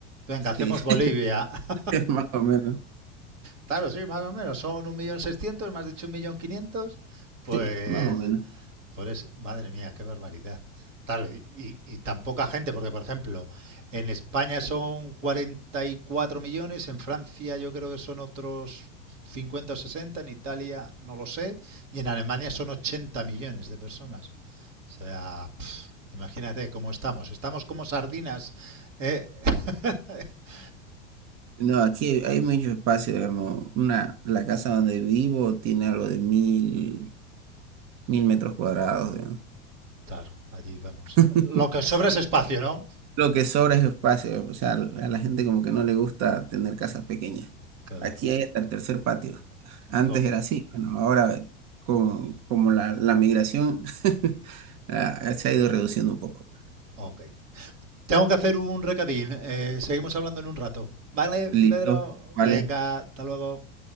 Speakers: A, on the right (about 80°); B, on the right (about 50°).
A: venga,
B: Sí,
A: hacemos Bolivia.
B: <laughs>
A: <laughs>
B: es más o menos.
A: Claro, sí, más o menos, son 1.600.000, más dicho 1.500.000. Pues,
B: Sí, más o menos.
A: por eso, madre mía, qué barbaridad. Claro, y, y, y tan poca gente, porque por ejemplo, en España son 44 millones, en Francia yo creo que son otros 50 o 60, en Italia no lo sé, y en Alemania son 80 millones de personas. O sea, pff, imagínate cómo estamos. Estamos como sardinas. ¿eh? <laughs>
B: No, aquí hay mucho espacio, digamos. Una, la casa donde vivo tiene algo de mil, mil metros cuadrados, digamos.
A: claro, allí vamos.
B: <laughs>
A: Lo que sobra es espacio, ¿no?
B: Lo que sobra es espacio, o sea, a la gente como que no le gusta tener casas pequeñas.
A: Claro.
B: Aquí hay hasta el tercer patio. Antes
A: Co-
B: era así, bueno, ahora como, como la, la migración <laughs> ah, se ha ido reduciendo un poco.
A: ok. Tengo que hacer un recadín. eh, seguimos hablando en un rato. Vale,
B: Listo,
A: Pedro.
B: vale.
A: Venga, hasta luego.